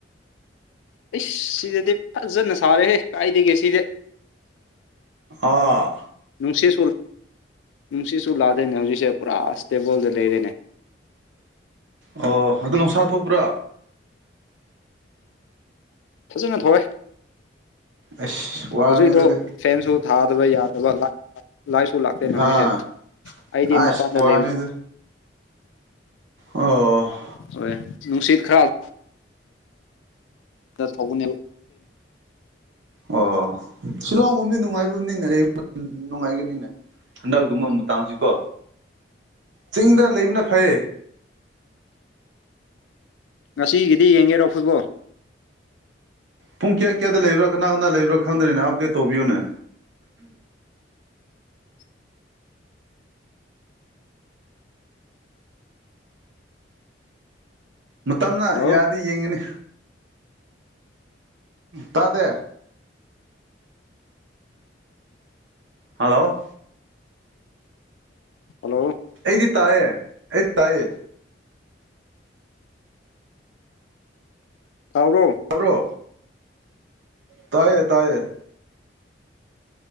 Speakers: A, on the left (about 85°); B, on the right (about 80°).
A: ꯑꯩ ꯁꯤꯗꯗꯤ ꯐꯖꯅ ꯁꯥꯔꯦꯍꯦ ꯀꯥꯏꯗꯒꯦ ꯁꯤꯗꯤ
B: ꯑꯥ
A: ꯄꯣꯡꯁꯤ ꯁꯣ ꯅꯨꯡꯁꯤꯠꯁꯨ ꯂꯥꯛꯗꯦꯅꯦ ꯍꯧꯖꯤꯛꯁꯦ ꯄꯨꯔꯥ ꯑꯁꯇꯦꯕꯣꯜꯗ ꯂꯩꯔꯦꯅꯦ
B: ꯑꯣ ꯑꯗꯨ ꯂꯁꯥ ꯊꯣꯛꯄ꯭ꯔꯥ
A: ꯐꯖꯅ ꯊꯧꯋꯦ
B: ꯑꯁ ꯋꯥꯒꯅꯤ
A: ꯍꯧꯖꯤꯛ ꯍꯧꯗꯣ
B: ꯑꯗꯨꯗꯤ
A: ꯐꯦꯟꯁꯨ ꯊꯥꯗꯕꯩ ꯌꯥꯗꯕ ꯂ ꯂꯥꯏꯁꯨ ꯂꯥꯛꯇꯦꯅꯦ
B: ꯑꯥ
A: ꯍꯧꯖꯤꯛꯁꯦ ꯑꯩꯗꯤ
B: ꯑꯁ
A: ꯃꯄꯥꯟꯗ
B: ꯋꯥꯅꯤ
A: ꯂꯩꯕꯅꯦ
B: ꯑꯗꯨ ꯑꯣ
A: ꯍꯣꯏ ꯅꯨꯡꯁꯤꯠ ꯈꯔ ꯊꯥꯎꯕꯅꯦ
B: ꯑꯣ ꯁꯤꯂꯑꯣꯡ ꯑꯣꯝꯗꯤ ꯅꯣꯡ ꯅꯨꯡꯉꯥꯏꯕꯅꯤꯅ ꯅꯨꯡꯉꯥꯏꯒꯅꯤꯅꯦ ꯍꯟꯗꯛꯀꯨꯝꯕ ꯃꯇꯥꯡꯁꯤꯀꯣ ꯆꯤꯡꯗ ꯂꯩꯕꯅ ꯐꯩꯌꯦ
A: ꯉꯁꯤꯒꯤꯗꯤ ꯌꯦꯡꯒꯦꯔꯣꯐꯣꯏꯕꯣ
B: ꯄꯨꯡ ꯀꯌꯥ ꯀꯌꯥꯗ ꯂꯩꯕ꯭ꯔꯥ ꯀꯅꯥ ꯀꯅꯥ ꯂꯩꯕ꯭ꯔꯥ ꯈꯪꯗ꯭ꯔꯤꯅꯣ ꯑꯞꯗꯦꯠ ꯇꯧꯕꯤꯌꯨꯅꯦ
A: <unintelligible> <inaudible>
B: ꯃꯇꯝꯅ
A: ꯍꯜꯂꯣ
B: ꯌꯥꯗꯤ ꯌꯦꯡꯉꯒꯅꯤ ꯇꯥꯗꯦ ꯍꯜꯂꯣ
A: ꯍꯜꯂꯣ
B: ꯑꯩꯗꯤ ꯇꯥꯏꯌꯦ ꯑꯩꯗꯤ ꯇꯌꯦ
A: ꯇꯥꯕ꯭ꯔꯣ
B: ꯇꯥꯕꯔꯣ ꯇꯥꯏꯌꯦ ꯇꯥꯏꯌꯦ